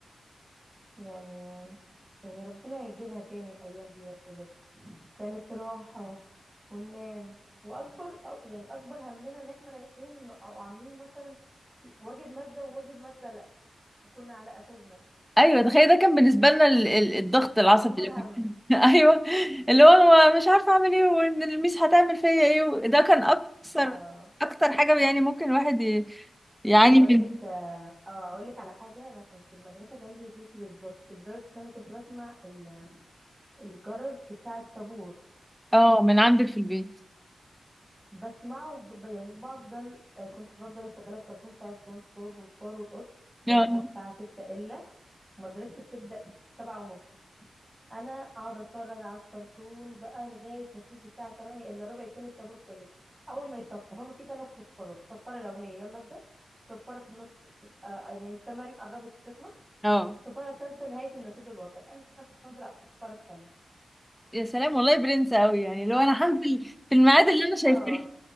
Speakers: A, on the right; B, in the centre.
A: يعني يعني ربنا يجيبها تاني الايام دي بجد كانت راحة وننام واكبر أو- يعني اكبر همنا ان احنا رايحين او عاملين مثلا واجب مادة وواجب مادة لا وكنا على اخرنا
B: ايوه تخيل ده كان بالنسبة لنا ال- ال- الضغط العصبي
A: اكبر
B: اللي
A: هم
B: فيه. <laughs> ايوه اللي هو انا مش عارفة اعمل ايه وان الميس هتعمل فيا ايه ده كان اكثر
A: اه
B: اكتر حاجة يعني ممكن الواحد ي- يعاني
A: اقول
B: من
A: لك اه آه، اقول لك على حاجه انا كنت المدرسه جنبي بيتي بالظبط لدرجه ان انا كنت بسمع ال- الجرس بتاع الطابور
B: اه من عندك في البيت
A: بسمعه ج- يعني بفضل آه، كنت بفضل اشغل الكرتون بتاع سبونج بوب وفار والقط وبصحى
B: اه
A: الساعه 6 الا مدرستي بتبدا 7 ونص انا اقعد اتفرج على الكرتون بقى لغايه ما تيجي الساعه 8 الا ربع يكون الطابور خلص اول ما يصفر هما في ثلاث صفارات الصفاره الاولانيه يلا ابدا الصفاره في النص آه آه، يعني التمارين قربت تخلص
B: اه
A: الصفاره الثالثه نهايه النشيد الوطني انا كنت بنزل على الصفاره الثانيه
B: يا سلام والله برنس قوي يعني لو انا هنزل في الميعاد
A: إيه،
B: اللي انا شايفاه
A: اه